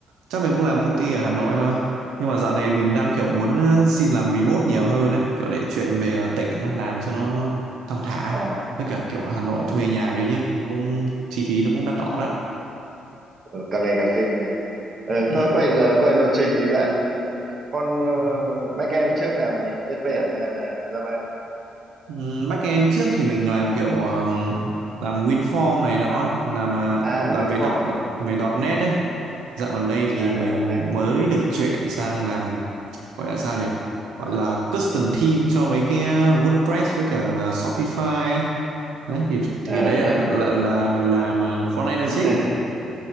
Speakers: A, on the right; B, on the right.
A: chắc mình cũng làm công ty ở Hà Nội thôi nhưng mà dạo này mình đang
B: Ừ.
A: kiểu muốn ờ, xin làm remote nhiều hơn ấy kiểu để chuyển về ờ,
B: Ờ.
A: tỉnh á, làm cho nó thong thả
B: à,
A: với cả kiểu Hà Nội
B: à,
A: thuê nhà đấy chứ nó cũng chi phí nó cũng đắt đỏ lắm
B: ừ, càng ngày càng kinh nhỉ ừ,
A: Ừ.
B: thôi quay lại quay lập trình thì bạn ờ, con ờ, backend trước làm gì PHP à, à Java
A: Ừm, Backend trước thì mình làm kiểu ờ, làm WinForm này nọ làm ờ,
B: à
A: làm
B: WinForm
A: về đọt về .dot .net ấy. Dạo gần đây thì
B: à
A: mình
B: .NET
A: mới được chuyển sang làm gọi là sao nhỉ? Gọi là custom theme cho mấy cái ờ, WordPress với cả là Shopify ấy. Đấy thì thì
B: à
A: cái đấy là,
B: ha
A: là, là làm ờ, front end là
B: <laughs>
A: chính.